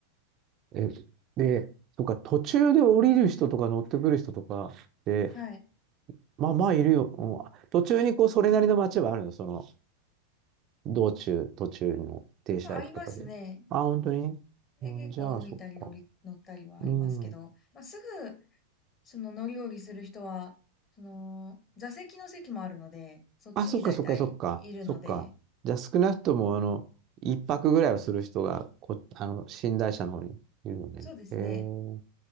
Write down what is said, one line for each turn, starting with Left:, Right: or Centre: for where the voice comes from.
Right: ー、え、で、そっか、途中で降りる人とか乗ってくる人とかって、
Left: はい。
Right: まあまあいるよ。うん、途中にこう、それなりの街はあるのその、道中、途中の停車駅とかで。
Left: まあ、ありますね。
Right: あ、本当にうん、
Left: で、結構降りたり乗り、
Right: じゃあ、そっか。
Left: 乗ったりはありますけど、
Right: うん。
Left: まあ、すぐ、その乗り降りする人は、その、座席の席もあるので、そっちに大体いるので、
Right: あ、そっかそっかそっか、そっか。じゃあ少なくとも、あの、一泊ぐらいはする人がこ、あの、寝台車の方にいるのね。
Left: そうですね。
Right: へえ、